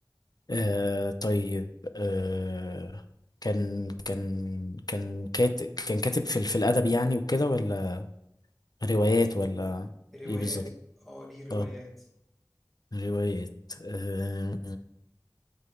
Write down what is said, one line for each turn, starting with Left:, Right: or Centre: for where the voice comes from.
Left: آه طيب آه كان كان كان كاتب كان كاتب في ال- في الادب يعني وكده ولا روايات ولا
Centre: روايات
Left: ايه بالظبط
Centre: اه ليه روايات
Left: اه روايات آه